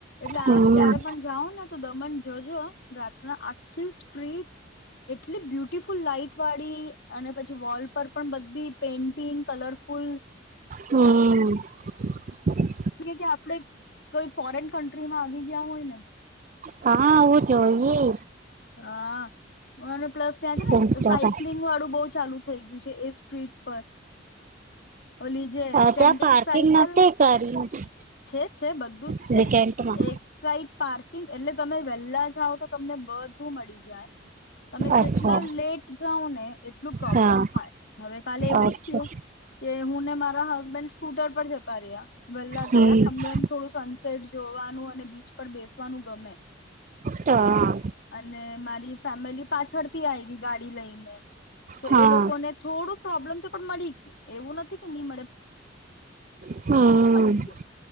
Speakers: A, on the left (about 60°); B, on the right (about 40°).
A: એટલે
B: હમ
A: આ ક્યારે પણ જાઓ ને તો દમણ જોજો રાતના આટલી સ્ટ્રીટ એટલી બ્યુટિફુલ લાઈટ વાળી અને પછી વોલ પર પણ બધી પેઇન્ટિંગ કલરફુલ.
B: હમ્મ. <unintelligible>
A: એ કે આપડે કોઈ ફોરેન કન્ટ્રીમાં આવી ગયા હોય ને હ
B: કા આવું જોઈએ.
A: આ. અને પ્લસ ત્યાં છે
B: ઇન્સ્ટામાં
A: ને સાયક્લિંગ વાળું બહુ ચાલુ થઈ ગયું છે એ સ્ટ્રીટ ઉપર ઓલી જેે
B: અ
A: સ્ટેન્ડિંગ
B: ત્યાં પાર્કિંગ
A: સાયકલ
B: નથી ગાડી
A: છે છે બધું
B: વીકેન્ડમાં
A: જ છે એક સાઈડ પાર્કિંગ એટલે તમે વેહેલા જાઓ તો તમને બ મળી જાય તમે
B: અચ્છા
A: જેટલા લેટ જાાવ ને એટલું પ્રોબ્લેમ
B: હા
A: થાય હવે કાલે એવું
B: અચ્છા
A: જ થયું કે હુંને મારા હસબન્ડ સ્કૂટર પર જતા રહ્યા વહેલા
B: હમ
A: ગયા અમે થોડું સનસેટ જોવાનું અને બીચ પર બેસવાનું ગમે
B: તો આ
A: અને મારી ફેમિલી પાછળથી આવી ગાડી લઈને તો
B: હા
A: એ લોકોને થોડુંક પ્રોબ્લેમ તો પણ મળી ગયો એવું નથી કે નહી મળે <unintelligible>
B: હમ
A: ગઈ